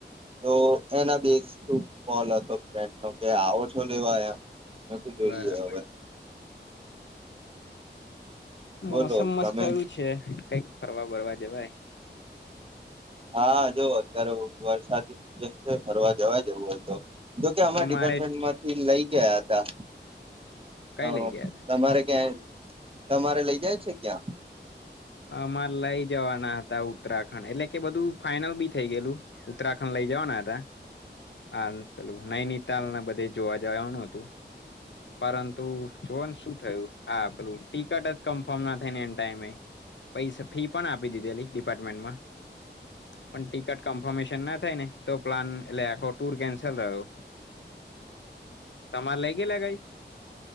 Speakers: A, on the right; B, on the left.
A: તો એના બેસ્તુ કોલ હતો ફ્રેન્ડ નો કે આવો છો લેવા એમ માફ કીધું જોઈએ
B: બરાબર
A: હવે
B: <inaudible> મોસમ
A: બોલો
B: મસ્ત
A: તમે
B: થયું છે કઈક ફરવા બરવા જવાય
A: હા જોવ અત્યારે વરસાદની સિઝન છે ફરવા જવા જવું હોય તો જોકે અમે
B: અમારે
A: ડિપાર્ટમેન્ટ માંથી લઈ ગયા હતા અચ્છા
B: કઈ લઈ
A: હ
B: ગયા
A: તમારે ક્યાં તમારે લઇ જાય છે ક્યાં
B: અમારે લઈ જવાના હતા ઉત્તરાખંડ એટલે કે બધું ફાાઈનલ બી થઇ ગયેલું ઉત્તરાખંડ લઈ જવાના હતા હાલ નઈનીિત તાલ ના બધે જોવા જવાનું હતું પરંતુ જોવાનું શું થયું આ આપલું ટિકટ જ કન્ફર્મ ના થઈને એ ટાઈમે પૈસા ફી પણ આપી દીધેલી ડિપાર્ટમેન્ટમાં પણ ટિકટ કન્ફર્મેશન ના થાય ને તો પ્લાન એો ટૂર કેન્સલ રહ્યો તમારે લઇ ગેલા ગાઈ